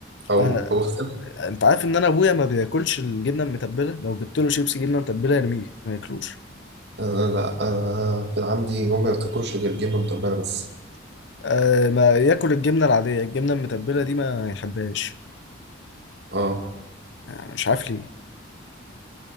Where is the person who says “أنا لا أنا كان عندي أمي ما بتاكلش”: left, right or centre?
Right